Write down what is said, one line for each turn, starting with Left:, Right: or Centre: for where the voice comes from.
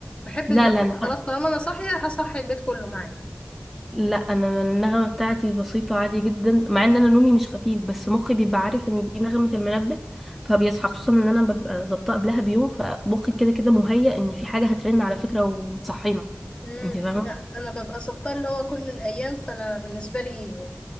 Left: بحب
Centre: لا
Left: ان
Centre: لا لا
Left: خلاص طالما انا صاحيه هصحي البيت كله معايا
Centre: لا انا النغمه بتاعتي بسيطه عادي جدا مع ان انا نومي مش خفيف بس مخي بيبقى عارف ان دي نغمه المنبه فبيصحى خصوصا ان انا ببقى ظابطه قبلها بيوم فمخي كده كده مهيأ ان في حاجه هترن على فكره وتصحينا
Left: امم
Centre: انت فاهمه
Left: لا انا ببقى ظابطه اللي هو كل الايام فانا بالنسبه لي